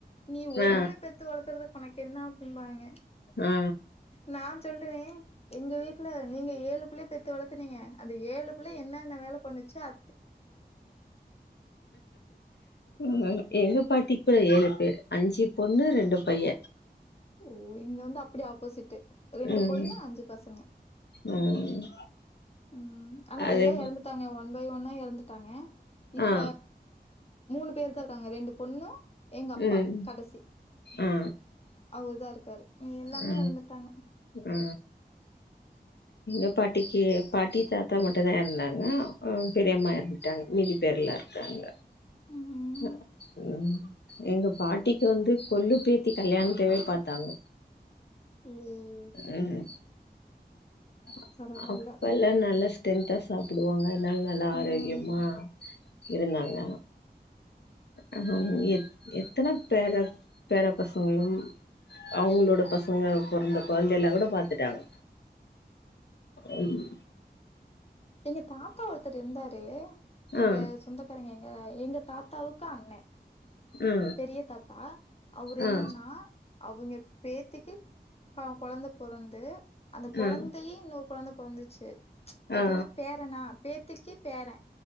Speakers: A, on the left; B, on the left.
A: நீ ஒரு
B: ஆ
A: பிள்ள பெத்து வளத்துறதுக்கு உனக்கு என்ன பின்பாங்க
B: ஆ
A: நா சொல்லுவே எங்க வீட்டுல நீங்க ஏழு பிள்ளைய பெத்து வளத்துனீங்க அந்த ஏழு பிள்ள என்னன்ன வேல பண்ணுச்சு அ
B: அ ஏங்க பாட்டிக் கு ஏழு பேர் அஞ்சு பொண்ணு ரெண்டு பைய
A: ஓ இங்க வந்து அப்டியே ஆப்போசிட்டு ரெண்டு
B: ம்
A: பொண்ணு அஞ்சு பசங்க
B: ம்
A: உம் ஆனா
B: அது
A: எல்லா எறந்துட்டாங்க ஒன் பை ஒன்ன எறந்துட்டாங்க இப்ப
B: ஆ
A: மூணு பேர்தா இருக்காங்க ரெண்டு பொண்ணு எங்க அப்பா
B: ம்
A: கடைசி
B: ஆ
A: அவரு தா இருக்காரு எல்லாமே
B: ஆ
A: எறந்துட்டாங்க
B: ஆ எங்க பாட்டிக்கு பாட்டி தாத்தா மட்டுதா எறந்தாங்க உம் பெரியம்மா எறந்துட்டாங்க மிதி பேருலா இருக்காங்க
A: ம்
B: உஹ் உம் எங்க பாட்டிக்கு வந்து கொல்லு பேத்தி கல்யாணத்தேவே பாத்தாங்க
A: ம்
B: உஹ்ம் அ
A: பரவால்ல
B: அப்ப எல்லா நல்லச் டென்தா சாப்பிடுவாங்க அனால நல்லா ஆரோக்கியமா
A: ம்
B: இருந்தாங்க அ எத் எத்தன பேர பேர பசங்களும் அவங்களோட பசங்க பொறந்த கொழந்த எல்லா கூட பாத்துட்டாங்க உஹ்ம்
A: எங்க தாத்தா ஒருத்தர் இந்தாரு இங்க
B: ஆ
A: சொந்தக்காரங்கே அ எங்க தாத்தாவுக்கு அண்ணே
B: ஆ
A: பெரிய தாத்தா அவுரு
B: ஆ
A: என்னன்னா அவுங்க பேத்திக்கு அ கொழந்த பொறந்து அந்த கொழந்தையே
B: ஆ
A: இன்னொரு கொழந்த வந்துச்சு எப்டீனா
B: ஆ
A: பேரனா பேத்துக்கி பேரே